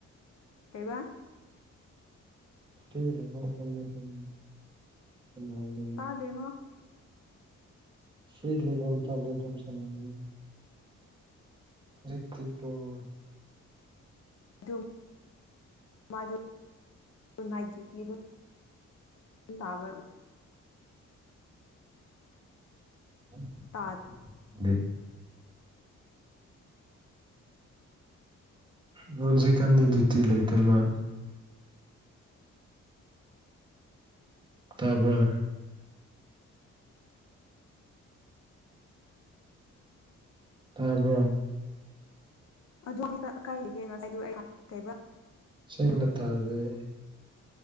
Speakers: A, on the left; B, on the right.
A: ꯀꯩꯕꯥ
B: ꯐ꯭ꯔꯤ ꯂꯩꯕ ꯃꯇꯝꯗꯗꯨꯝ ꯁꯟꯅꯕꯅꯦ
A: ꯗꯦꯉꯣ
B: ꯐ꯭ꯔꯤ ꯂꯩꯕ ꯃꯇꯝ ꯑꯗꯨꯝ ꯁꯥꯅꯕꯅꯦ ꯍꯧꯖꯤꯛꯇꯤ ꯄꯨꯡ
A: ꯗꯨꯝ ꯃꯗꯨ ꯅꯥꯏꯠ ꯗꯨꯏꯇꯤꯗꯨꯝ ꯇꯥꯕ꯭ꯔ
B: <unintelligible>
A: ꯇꯥꯗ꯭ꯔꯣ
B: ꯔꯣꯖꯤꯀꯥꯟꯅꯤ ꯗꯨꯇꯤ ꯂꯩꯇꯃ ꯇꯥꯕ꯭ꯔ ꯇꯥꯕꯔ
A: ꯑꯗꯨ <unintelligible> ꯀꯥꯏꯔꯤꯒꯦ ꯉꯁꯥꯏꯗꯨ ꯑꯩ ꯀꯩꯕꯥ
B: ꯁꯦꯡꯅ ꯇꯥꯗꯦ